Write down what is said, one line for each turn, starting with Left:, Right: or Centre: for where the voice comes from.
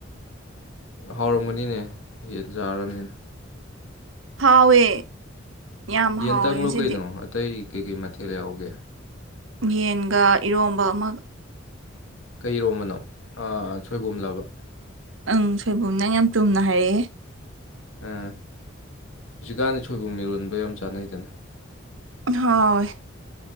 Left: ꯍꯥꯎꯔꯝꯃꯅꯤꯅꯦ ꯌꯦꯟ ꯆꯥꯔꯕꯅꯤꯅꯦ
Right: ꯍꯥꯎꯋꯦ ꯌꯥꯝ
Left: ꯌꯦꯟꯗꯪꯂꯣ
Right: ꯍꯥꯎꯋꯦ ꯉꯁꯤꯗꯤ
Left: ꯀꯩꯅꯣ ꯑꯇꯩ ꯀꯩꯀꯩ ꯃꯊꯦꯜ ꯌꯥꯎꯒꯦ
Right: ꯌꯦꯟꯒ ꯏꯔꯣꯝꯕ ꯑꯃ
Left: ꯀꯩ ꯏꯔꯣꯝꯕꯅꯣ ꯑ ꯁꯣꯏꯕꯨꯝꯂꯕ
Right: ꯑꯪ ꯁꯣꯏꯕꯨꯝ ꯅꯪ ꯌꯥꯝ ꯆꯨꯝꯅ ꯍꯥꯏꯔꯛꯏꯍꯦ
Left: ꯑ ꯖꯤꯛꯀꯥꯟꯗꯤ ꯁꯣꯏꯕꯨꯝ ꯏꯔꯣꯟꯕ ꯌꯥꯝ ꯆꯥꯅꯩꯗꯅ
Right: ꯍꯥꯎꯋꯦ